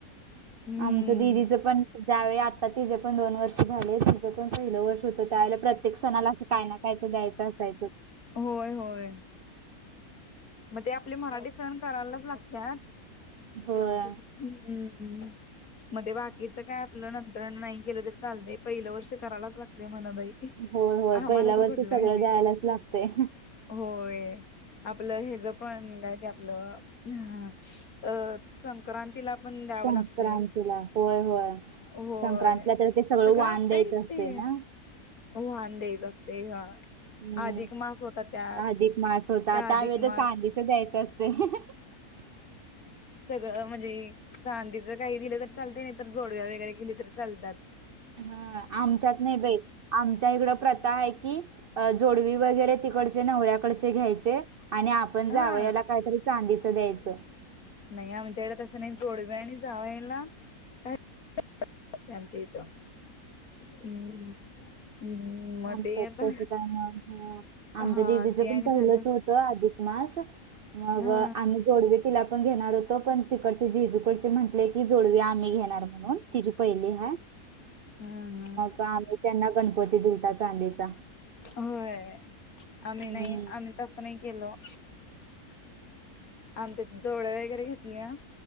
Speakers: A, on the left; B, on the right.
A: हम्म
B: आमच्या दिदीचं पण ज्यावेळी आता तिज पण दोन वर्ष झाले तिज पण पहिलं वर्ष होत ला प्रत्येक सणाला असं काय ना कायच द्यायचं असायचं.
A: होय -होय. मग ते आपले मराठी सण करायलाच लागत्यात
B: होय.
A: <unintelligible> ला हम्म मध्ये बाकीच काय आपलं नंतर नाही केलं तर चालतय. पहिलं वर्ष करायलाच लागते म्हण बाई.
B: होय -होय
A: आम्हाला
B: पहिल्या
A: तर
B: वर्षी
A: कुठलं
B: सगळं
A: काय माहित.
B: जायालाच लागतेय.
A: होय. आपलं हेज पण काय ते आपलं <inaudible> अ संक्रांतीला पण द्यावं
B: संक्रांतीला
A: लागतंय.
B: होय -होय.
A: होय
B: संक्रांतीला तर ते
A: सगळं
B: वाण
A: असतयच
B: द्यायचं असतंय
A: ते.
B: ना.
A: व्हान द्यायच असतय. हा
B: हम्म
A: अधिक मास होता त्यात
B: अधिक मास होता त्या
A: अधिक
B: वेळ तर
A: मास
B: चांदीच द्यायचं असतय <inaudible> <inaudible>
A: सगळ म्हणजे चांदीच काही दिलं तर चालत नाही तर, जोडव्या वगैरे केली तरी चालत्यात.
B: हा आमच्यात नाही बाईट. आमच्या इकडं प्रथा आहे की जोडवी वगैरे तिकडचे नवऱ्याकडचे घ्यायचे. आणि आपण जावयाला
A: हा
B: काहीतरी चांदीचं द्यायचं.
A: नाही आमच्याकडे तसं नाही जोडव्या आणि जावयला काही अश हाय आमच्या हित हम्म हम्म मग
B: आमच्यात
A: ते आता
B: तसं काय नाही. हा. आमच्या
A: हा
B: दिदीचं
A: ते
B: पण
A: आणि
B: पहिलंच
A: झालं
B: होतं अधिक मास मग
A: हा
B: आम्ही जोडवे तिला पण घेणार होतो पण तिकडचे जिेजूकडचे म्हटले की जोडवी आम्ही घेणार म्हणून तिची पहिली हाय
A: हा हा
B: तर आम्ही त्यांना गणपती दिलता चांदीचा
A: होय
B: हम्म
A: आम्ही नाही आम्ही तसं नाही केलो आमच्यात जोडवे वगैरे घेतली ना